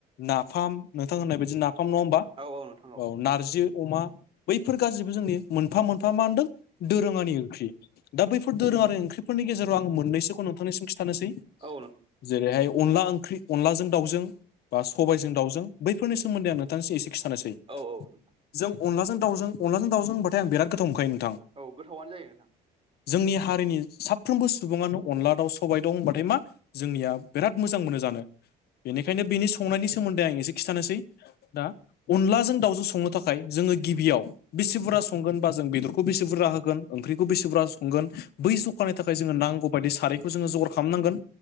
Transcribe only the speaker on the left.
नाफाम नोंथां होननाय बायदि नाफाम
नङा होमबा?
औ नारजि अमा बैफोर गासैबो मोनफा मोनफा मान दों दोरोङारि ओंख्रि ख्रि दा बैफोर दोरोङारि ओंख्रिफोरनि गेजेराव आं मोननैसोख'नो नोंथानिसिम खिथानोसै अ
जेरैहा हाय अनला ओंख्रि अनलाजों दाउजों बा सबायजों दावजों बैफोरनि सोमोन्दै आं नोंथांनोसो एसे खिथानोसै अ
जों अनलाजों दावजों अनलाजों दावजों होनबाथाय आं बिराद गोथाव मोनखायो नोंथ
जोंनि हारिनि साफ्रोमबो सुबुङानो अनला दाउ स सबाय दं होनबाथाय मा जोंनिया बिराद मोजां मोनो जानो। बेनिखायनो बेनि संनायनि सोमोन्दै आं एसे खिथानोसै औ दा अनलाजों दाउजों संनो थाखाय जों जोङो गिबियाव बेसे बुरजा संगोन बा जों बेदरखौ बेसे बुरजा होगोन ओंख्रिखौ बेसेबुरजा संगोन बै जखानि थाखाय जोङो नांगौ बायदि सारैखौ जोङो जगार खामनांगोन